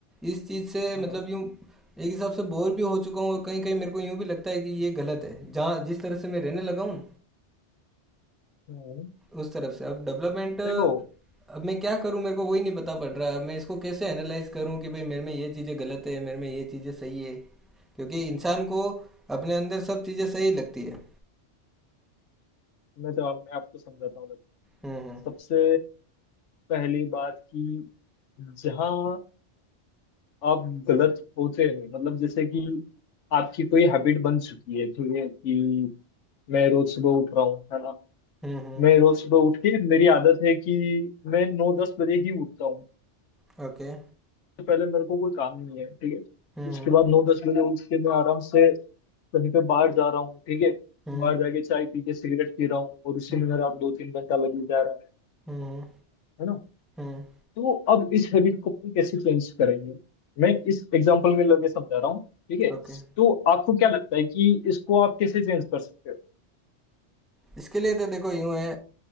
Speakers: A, in the centre; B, on the left.
A: इस चीज़ से मतलब
B: हाँ
A: यूँ एक हिसाब से बोर भी हो चुका हूँ और कहीं कहीं मेरे को यूँ भी लगता है कि ये गलत है जहाँ जिस तरह से मैं रहने लगा हूँ
B: हम्म
A: उस तरफ से अब डेवलपमेंट अब
B: देखो
A: मैं क्या करूँ मेरे को वही नहीं पता पड़ रहा है। मैं इसको कैसे एनालाइज करूँ कि भाई मेरे में ये चीज़ें गलत है मेरे में ये चीज़ें सही है क्योंकि इंसान को अपने अंदर सब चीज़ें सही लगती है
B: मैं तो आप, मैं आपको समझाता हूँ
A: हम्म
B: सबसे पहली बात कि जहाँ आप गलत होते हैं मतलब जैसे कि आपकी कोई हैबिट बन चुकी है ठीक है कि मैं रोज सुबह उठ रहा हूँ है ना
A: हम्म हम्म
B: मैं रोज सुबह उठ के मेरी आदत है कि मैं नौ दस बजे ही उठता हूँ
A: हम्म ओके
B: तो पहले मेरे को कोई काम नहीं है ठीक है
A: हम्म
B: उसके बाद नौ दस बजे उठ के मैं आराम से कहीं पे बाहर जा रहा हूँ ठीक है
A: हम्म
B: बाहर जाके चाय पी के सिगरेट पी रहा हूँ और उसी
A: हम्म
B: में
A: हम्म
B: मेरा दो तीन घंटा लग ही जा रहा है
A: हम्म
B: है ना
A: हम्म,
B: तो अब इस हैबिट को अपन कैसे चेंज करेंगे मैं इस एग्जांपल में लगे समझा रहा हूँ ठीक है
A: ओके
B: तो आपको क्या लगता है कि इसको आप कैसे चेंज कर सकते
A: इसके लिए तो देखो यूँ है